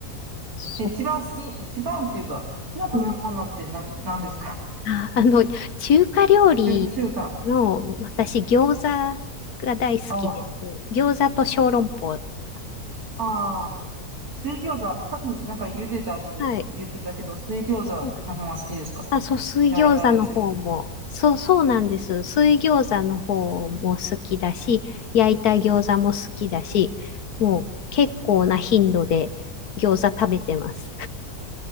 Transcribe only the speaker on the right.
え一番好き、一番っていうか、好きな食べ物って何、
んなんですか
中、中華。
おお。あ
あ。水餃子。さっきなんか茹でたって言ってたけど、
水餃子の方が好きですか
焼いたやつより。